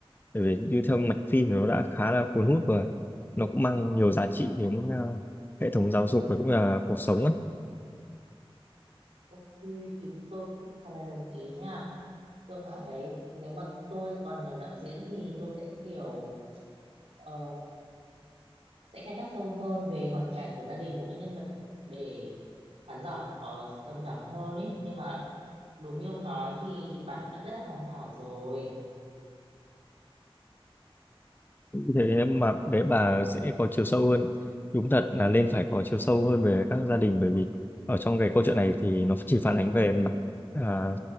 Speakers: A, on the left (about 20°); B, on the right (about 85°).
A: bởi vì như theo mạch phim thì nó đã khá là cuốn hút và nó cũng mang nhiều giá trị đến ờ, hệ thống giáo dục và cũng là cuộc sống
B: Ok thì tôi cũng khá là đồng ý nha. Cơ mà đấy nếu mà tôi còn làm đạo diễn thì tôi sẽ kiểu ờ, sẽ khai thác sâu hơn về hoàn cảnh của gia đình của các nhân vật để khán giả là có đồng cảm hơn ý. Nhưng mà đúng như ông nói thì kịch bản cũng đã rất là hoàn hảo rồi.
A: thế mà để bà sẽ có chiều sâu hơn đúng thật là nên phải có chiều sâu hơn về các gia đình bởi vì ở trong cái câu chuyện này thì nó chỉ phản ánh về mặt à,